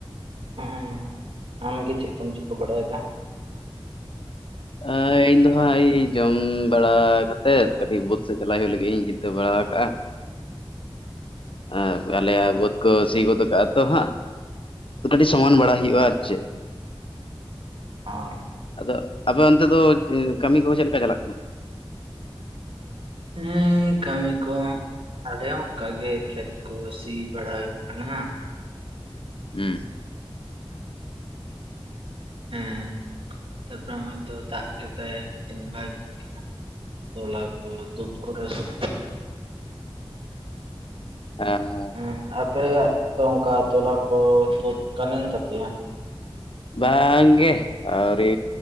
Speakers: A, on the right; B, on the left.
A: ᱦᱮᱸ ᱟᱢᱜᱮ ᱪᱮᱫ ᱠᱚᱢ ᱪᱤᱠᱟᱹ ᱵᱟᱲᱟᱭᱮᱫᱟ
B: ᱮ ᱤᱧ ᱫᱚ ᱦᱟᱸᱜ ᱡᱚᱢ ᱵᱟᱲᱟ ᱠᱟᱛᱮᱫ ᱠᱟᱹᱴᱤᱡ ᱵᱟᱹᱫᱽ ᱥᱮᱫ ᱪᱟᱞᱟᱜ ᱦᱩᱭᱩᱜ ᱞᱟᱹᱜᱤᱫ ᱤᱧ ᱪᱤᱱᱛᱟᱹ ᱵᱟᱲᱟ ᱠᱟᱜᱼᱟ ᱟᱨ ᱟᱞᱮᱭᱟᱜ ᱵᱟᱹᱫᱽ ᱠᱚ ᱥᱤ ᱜᱚᱫ ᱠᱟᱜᱼᱟ ᱛᱚ ᱦᱟᱸᱜ ᱠᱟᱹᱴᱤᱡ ᱥᱚᱢᱟᱱ ᱵᱟᱲᱟᱭ ᱦᱩᱭᱩᱜᱼᱟ ᱟᱨ ᱪᱮᱫ
A: ᱦᱚᱸ
B: ᱟᱫᱚ ᱟᱯᱮ ᱚᱱᱛᱮ ᱫᱚ ᱠᱟᱹᱢᱤ ᱠᱚᱦᱚ ᱪᱮᱫ ᱞᱮᱠᱟ ᱪᱟᱞᱟᱜ ᱠᱟᱱᱟ
A: ᱦᱮᱸ ᱠᱟᱹᱢᱤ ᱠᱚ ᱟᱞᱮ ᱦᱚᱸ ᱚᱱᱠᱟ ᱜᱮ ᱠᱷᱮᱛ ᱠᱚ ᱥᱤ ᱵᱟᱲᱟᱭ ᱠᱟᱱᱟ ᱦᱟᱹᱜ
B: ᱦᱮᱸ
A: ᱦᱮᱸ ᱛᱟᱯᱚᱨᱮ ᱦᱚᱜ ᱚᱭᱛᱚ ᱫᱟᱜ ᱠᱮᱫᱟᱭ ᱢᱤᱫᱴ ᱵᱷᱟᱜᱤ ᱜᱮᱭᱟ ᱛᱚᱞᱟ ᱠᱚ ᱫᱩᱫ ᱠᱚᱨᱮ ᱥᱚᱵ
B: ᱦᱮᱸ ᱦᱮᱸ
A: ᱦᱮ ᱟᱯᱮᱭᱟᱜ ᱫᱚ ᱚᱱᱠᱟ ᱛᱚᱞᱟ ᱠᱚ ᱛᱩᱫ ᱠᱟᱱᱮᱱ ᱛᱟᱯᱮᱭᱟ
B: ᱵᱟᱝᱜᱮ ᱟᱹᱣᱨᱤ